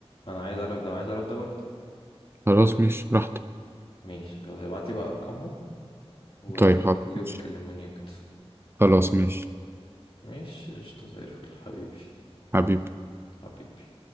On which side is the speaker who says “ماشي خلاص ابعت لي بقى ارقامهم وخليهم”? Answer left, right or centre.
Left